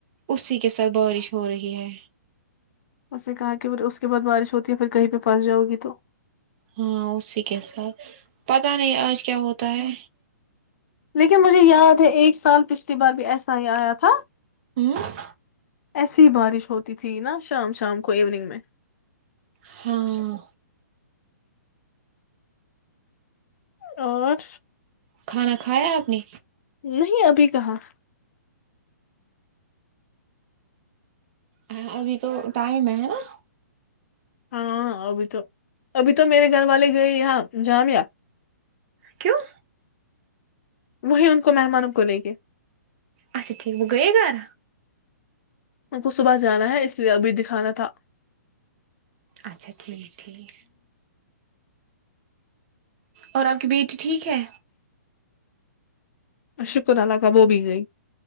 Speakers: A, on the right; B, on the left.
A: اسی کے ساتھ بارش ہو رہی ہے
B: اس نے کہا کہ پ اس کے بعد بارش ہوتی ہے پھر کہیں پہ پھنس جاؤ گی تو
A: ہاں اسی کے ساتھ پتا نہیں آج کیا ہوتا ہے
B: لیکن مجھے یاد ہے ایک سال پچھلی بار بھی ایسا ہی آیا تھا
A: ہ
B: ایسی بارش ہوتی تھی نا شام شام کو ایوننگ میں
A: ہاں
B: اور
A: کھانا کھایا آپ نے
B: نہیں ابھی کہاں
A: ہاں ابھی تو ٹائم ہے ہے نا
B: ہاں ابھی تو ابھی تو میرے گھر والے گئے یہاں جام یا
A: کیوں
B: وہیں ان کو مہمانوں کو لیں گے
A: اچھا ٹھیک ب گیے گھر
B: ان کو صبح جانا ہے اس لیے ابھی دکھانا تھا
A: اچھا ٹھیک ٹھیک اور آپ کی بیٹی ٹھیک ہے
B: شکر اللہ کاب بھی گئی